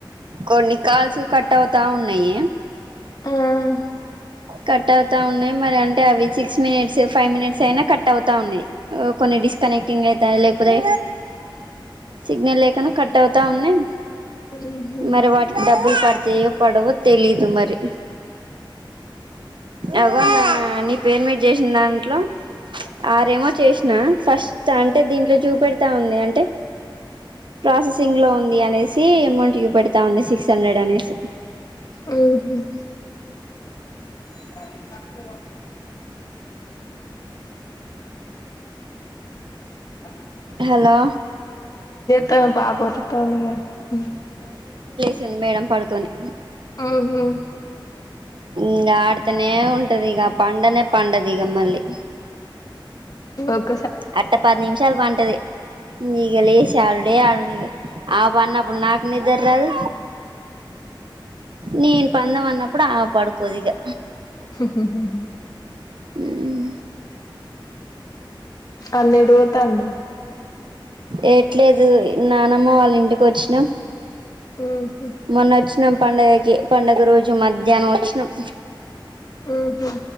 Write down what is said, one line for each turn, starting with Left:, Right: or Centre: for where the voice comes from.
Right: కొన్ని కాల్స్ కట్ అవుతా ఉన్నాయి.
Left: ఆహ్.
Right: కట్ అవుతా ఉన్నాయి మరి అంటే అవి సిక్స్ మినిట్స్, ఫైవ్ మినిట్స్ అయినా కట్ అవుతా ఉన్నాయి. కొన్ని డిస్ కనెక్టింగ్ అయితాయి లేకపోతే సిగ్నల్ లేకుండా కట్ అవుతా ఉన్నాయి.
Left: ఉహు
Right: మరి వాటికి డబ్బులు పట్ట్. ఇగ పడవోతెలీదు మరి అగ నీ పేరు మీద చేసిన దాంట్లో. ఆరేమో చేస్. నా ఫస్ట్. అంటే దీంట్లో చూపెడతా ఉంది. అంటే ప్రాసెసింగ్ లో ఉంది అనేసి అమౌంట్ చూపెడతా ఉంది. సిక్స్ హండ్రెడ్ అనేసి.
Left: ఉమ్ ‌ఉహూ <inaudible> <unintelligible>
Right: హలో.
Left: త పాపోటి. తొందరగా ఉమ్.
Right: సింది మేడం పడుకొని.
Left: ఉమ్మ్.
Right: ఉమ్ ఆడతనే. నే ఉంటది ఇగ పండనే. పండదీగ మళ్లి.
Left: ఓకే.
Right: అట్ట పది నిమిషాలు పంటది. నీ ఇక లేసి ఆడుడే ఆడుడు ఇక ఆమె పఅన్నప్పుడు నాకు నిద్ర రాదు నేను పందమ అన్నప్పుడు. అప్పుడు ఆహ్ పాడుకొదిగా.
Left: ఉహామ్
Right: ఉహ్మ్.
Left: అన్నేడు పోతానాడు.
Right: ఎట్లేదు నానమ్మ వాళ్ళ ఇంటికి వచ్చినం.
Left: ఉహు
Right: మొన్న వచ్చినం పండుగకి పండుగ రోజు. మధ్యాహ్నం వచ్చినం.
Left: ఉహు